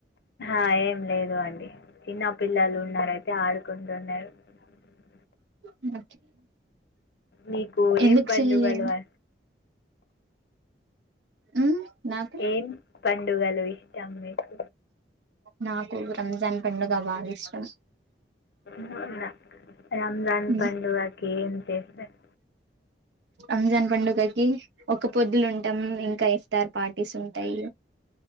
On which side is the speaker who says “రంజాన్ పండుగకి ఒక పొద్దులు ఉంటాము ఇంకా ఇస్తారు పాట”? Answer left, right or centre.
Right